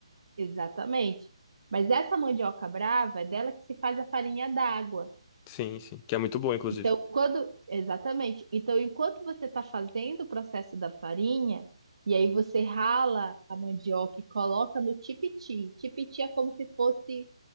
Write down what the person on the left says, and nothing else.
Sim, sim. Que é muito boa, inclusive.